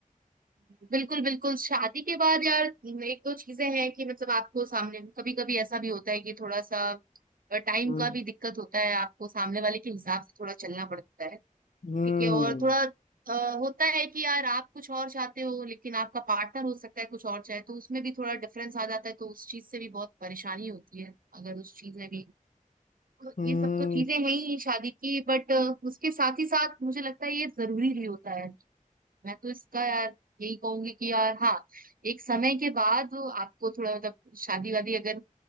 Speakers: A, on the right; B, on the left.
A: बिल्कुल बिल्कुल शादी के बाद यार एक दो चीजें हैं कि मतलब आपको सामने कभी कभी ऐसा भी होता है कि थोड़ा सा टाइम
B: हम्म
A: का भी दिक्कत होता है आपको सामने वाले के हिसाब से थोड़ा चलना पड़ता है
B: हम्म
A: ठीक है और थोड़ा अ, होता है कि यार आप कुछ और चाहते हो लेकिन आपका पार्टनर हो सकता है कुछ और चाहे तो उसमें भी थोड़ा डिफरेंस आ जाता है तो उस चीज से भी बहुत परेशानी होती है अगर उस चीज में भी तो
B: हम्म
A: ये सब तो चीजें हैं ही शादी की बट उसके साथ ही साथ मुझे लगता है ये जरूरी भी होता है मैं तो इसका यार यही कहूंगी कि यार हाँ एक समय के बाद आपको थोड़ा मतलब शादी वादी अगर